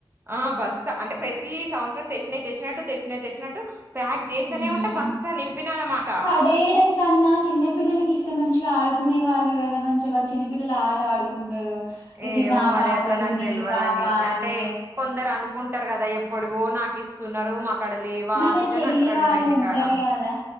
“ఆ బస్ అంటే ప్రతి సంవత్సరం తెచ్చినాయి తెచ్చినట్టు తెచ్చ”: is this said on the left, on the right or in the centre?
Right